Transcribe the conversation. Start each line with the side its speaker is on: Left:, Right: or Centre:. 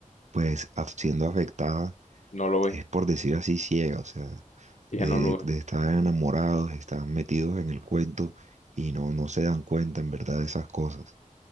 Right: pues af- siendo afectada
Left: No lo ve,
Right: es por decir así ciega, o sea,
Left: ella
Right: de,
Left: no lo ve.
Right: de estar enamorados, están metidos en el cuento y no, no se dan cuenta en verdad de esas cosas.